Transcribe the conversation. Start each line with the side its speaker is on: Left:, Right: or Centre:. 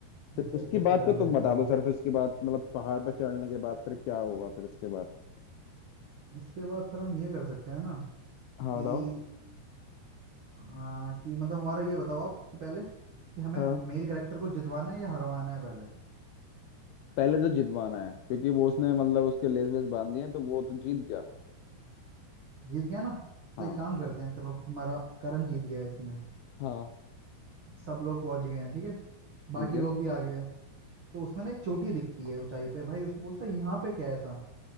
Left: फिर
Right: ऐसा
Left: उसकी
Right: ऐसा
Left: बात
Right: कर
Left: का
Right: लेते
Left: तुम बता
Right: हैं
Left: दो सर फिर उसके बाद मतलब पहाड़ पर चढ़ने के बाद फिर क्या होगा फिर इसके बाद
Right: इसके बाद सर हम ये कर सकते हैं ना
Left: हाँ
Right: कि
Left: बताओ
Right: आ, कि मतलब हमारा ये बताओ आप कि पहले कि हमें
Left: हाँ
Right: मेल कैरेक्टर को जितवाना है या हरवाना है पहले
Left: पहले तो जितवाना है क्योंकि वो उसने मतलब उसके लेस वेस बांध दिए हैं, तो वो तो जीत गया
Right: जीत गया ना
Left: हाँ
Right: तो एक काम करते हैं चलो हमारा करण जीत गया है इसमें
Left: हाँ
Right: सब लोग पहुंच गए हैं ठीक है बाकी
Left: ठीक है
Right: लोग भी आ गए हैं तो उसमें ना एक चोटी दिखती है ऊंचाई पे भाई उसको पूछता है यहाँ पे क्या है ऐसा